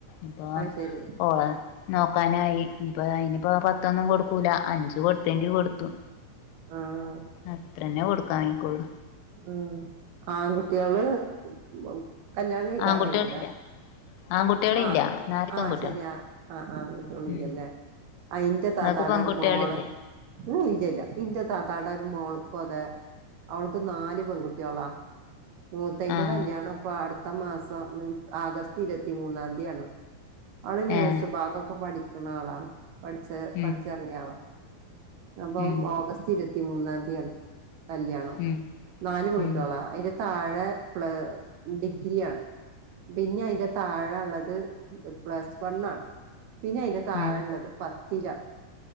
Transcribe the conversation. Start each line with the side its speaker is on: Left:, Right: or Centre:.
Left: ഇപ്പൊ
Right: ആഹ് ശരി
Left: ഓള് നോക്കാനായി ഇനിപ്പോ അയിനിപ്പോ പത്തൊന്നും കൊടുക്കൂല അഞ്ച് കൊടുത്തെങ്കി കൊടുത്തു.
Right: ആഹ്
Left: അത്ര ന്നെ കൊടുക്കാൻ വൈക്കുള്ളൂ.
Right: ഉമ് ആൺ കുട്ട്യാള് മ് കല്യാണം കഴിക്കാറായില്ല
Left: ആൺകുട്ടികളില്ല ആൺകുട്ടികളില്ല
Right: ആഹ്
Left: നാല്
Right: ആഹ്
Left: പെൺകുട്ടികൾ
Right: ശെരി ആഹ് ആഹ് കുട്ട്യാളില്ല
Left: ഉം
Right: ല്ലേ അയിന്റെ താത്താടെ
Left: നിങ്ങക്ക് പെൺകുട്ടികളില്ലേ
Right: ഒരു മോളെ ഇഹ് ഇല്ലല്ലാ ഇന്റെ താത്താടെ മോൾക്കു അതെ അവൾക്ക് നാല് പെൺ കുട്ട്യാളാ മൂത്തയിന്റെ
Left: ആഹ്
Right: കല്യാണം ഇപ്പൊ അടുത്ത മാസം മ് ആഗസ്റ്റ് ഇരുപത്തിമൂന്നാം തിയാണ് ആള് നേഴ്സു
Left: ഏഹ്
Right: ഭാഗൊക്കെ പഠിക്ക്ണാളാണ് പഠിച്ച്
Left: ഉം
Right: പഠിച്ചെറങ്ങിയ ആളാണ് അപ്പം
Left: ഉം
Right: ഓഗസ്റ്റ് ഇരുപത്തിമൂന്നാംതി ആണ് കല്യാണം
Left: ഉം
Right: നാല് പെങ്കുട്ട്യോളാ
Left: ഉം
Right: അയിന് താഴെ പ്ല ഡിഗ്രിയാണ് പിന്നെ അയിന്റെ താഴെ ഇള്ളത് പ്ലസ് വണ്ണാണ് പിന്നെ അയ്ന്റെ താഴെ
Left: ഉം
Right: ഇള്ളത് പത്ത ത്തിലാണ്